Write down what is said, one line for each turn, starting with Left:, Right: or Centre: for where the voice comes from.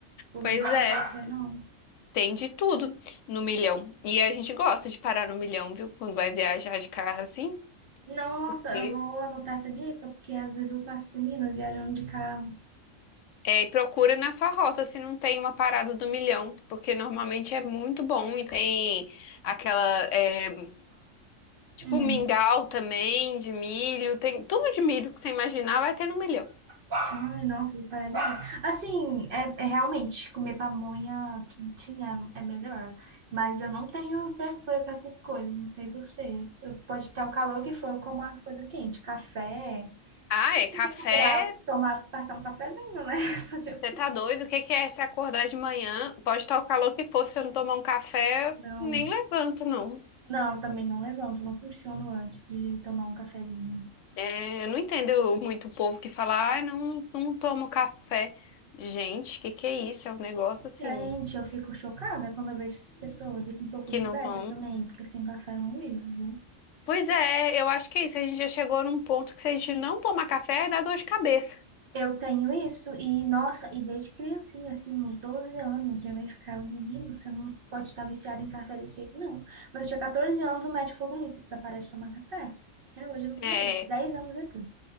Right: Vou
Left: Pois
Right: mentir
Left: é,
Right: pra você, não.
Left: tem de tudo no milhão. E a gente gosta de parar no milhão, viu? Quando vai viajar de carro assim.
Right: Nossa,
Left: Porque
Right: eu vou anotar essa dica, porque às vezes eu passo por Minas viajando de carro.
Left: é, e procura na sua rota se não tem uma parada do milhão, porque normalmente é muito bom e tem aquela é, Tipo,
Right: Hum.
Left: mingau também, de milho. Tem tudo de milho que você imaginar vai ter no milhão.
Right: Ai, nossa, vou parar de comer. Assim, é, é realmente comer pamonha quentinha é, é melhor. Mas eu não tenho frescura com essas coisas, não sei você. Eu- pode ter o calor que for, eu como as coisas quentes. Café,
Left: Ah,
Right: 35
Left: é café.
Right: graus, tomar, passar um cafezinho, né? <laughs> Fazer o
Left: Você
Right: quê?
Left: tá doido? O que que é se acordar de manhã? Pode estar o calor que for, se eu não tomar um café,
Right: Não,
Left: nem levanto, não.
Right: não, também não levanto, não funciono antes de tomar um cafezinho.
Left: É, eu não entendo muito o povo que fala, ah, não, não tomo café. Gente, que que é isso? É um negócio assim
Right: Gente, eu fico chocada quando eu vejo essas pessoas e com um pouco
Left: que
Right: de inveja
Left: não tomo.
Right: também, porque sem café eu não vivo, viu?
Left: Pois é, eu acho que é isso. A gente já chegou num ponto que se a gente não tomar café, aí dá dor de cabeça.
Right: Eu tenho isso e, nossa, e desde criancinha, assim, uns 12 anos, minha mãe ficava, menino, você não pode estar viciado em café desse jeito, não. Quando eu tinha 14 anos, o médico falou pra mim, você precisa parar de tomar café. Até hoje eu não parei,
Left: É,
Right: dez anos depois.